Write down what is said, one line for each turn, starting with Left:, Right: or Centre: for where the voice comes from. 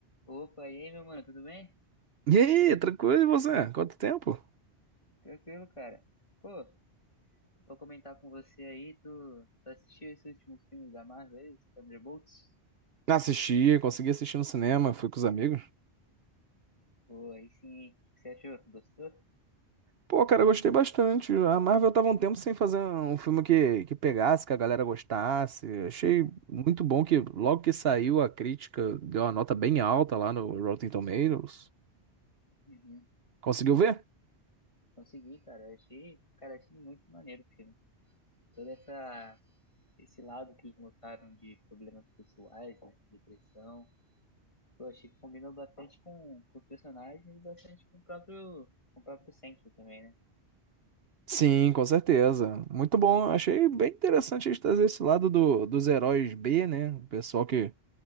Left: Opa, e aí, meu mano, tudo bem?
Right: E aí, tranquilo, e você? Quanto tempo?
Left: Tranquilo, cara. Pô, tô pra comentar com você aí, tu, tu assistiu esse último filme da Marvel aí, os Thunderbolts?
Right: Assisti, consegui assistir no cinema, fui com os amigos.
Left: Pô, aí sim, hein? o que você achou? Gostou?
Right: Pô, cara, eu gostei bastante. A Marvel tava um tempo sem fazer um filme que, que pegasse, que a galera gostasse. Achei muito bom que logo que saiu a crítica deu uma nota bem alta lá no Rotten Tomatoes.
Left: Uhum.
Right: Conseguiu ver?
Left: Consegui, cara. Eu Achei, cara, achei muito maneiro o filme. Todo essa, esse lado que eles mostraram de problemas pessoais, né, depressão. Pô, achei que combinou bastante com, com os personagens e bastante com o próprio, com o próprio Sentry também, né?
Right: Sim, com certeza. Muito bom. Achei bem interessante eles trazer esse lado do, dos heróis B, né? O pessoal que